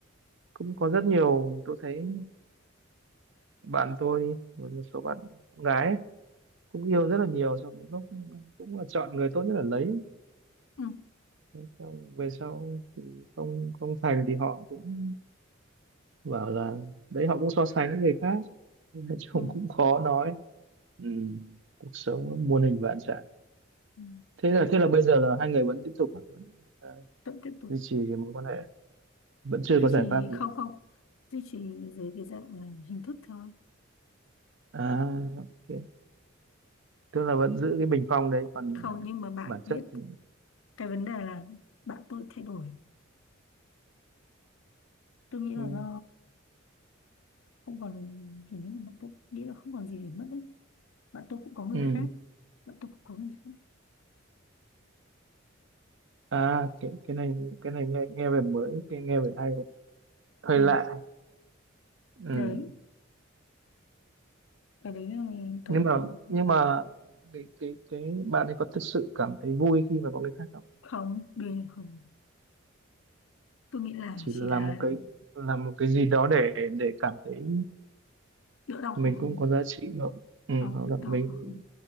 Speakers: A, on the right; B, on the left.
A: cũng có rất nhiều tôi thấy bạn tôi một một số bạn gái cũng yêu rất là nhiều xong đến lúc cũng là chọn người tốt nhất là lấy
B: ừ.
A: Thế xong về sau thì không không thành thì họ cũng bảo là đấy họ cũng so sánh với người khác Nên là chung
B: Ừ.
A: cũng khó nói ừ. cuộc sống nó muôn hình vạn trạng
B: Ừ.
A: thế là thế là bây giờ là hai người vẫn tiếp tục à? vẫn à,
B: vẫn tiếp tục
A: duy trì cái mối quan hệ vẫn chưa
B: duy
A: có giải
B: trì
A: pháp gì
B: không không duy trì dưới cái dạng là hình thức thôi
A: à ok tức là vẫn giữ cái bình phong đấy còn
B: không
A: à,
B: nhưng mà bạn
A: bản chất
B: biết
A: thì
B: cái vấn đề là bạn tôi thay đổi tôi nghĩ là
A: ừ.
B: do không còn kiểu như là bạn tôi nghĩ là không còn gì để mất ấy bạn tôi cũng có người
A: Ừ.
B: khác bạn tôi cũng có người khác
A: à cái cái này cái này nghe nghe về mới cái nghe về hay đấy hơi
B: ừ.
A: lạ ừ.
B: đấy cái đấy là cái
A: nhưng
B: mà
A: mà
B: tôi
A: nhưng mà cái cái cái bạn ấy có thực sự cảm thấy vui khi mà có người khác không
B: không đương không tôi nghĩ là
A: chỉ
B: chỉ
A: là làm
B: là
A: một cái làm một cái gì đó để để cảm thấy
B: đỡ đau
A: mình
B: khổ hơn
A: cũng có giá trị nữa ừ,
B: không
A: hoặc
B: đỡ
A: là
B: đau
A: mình
B: khổ hơn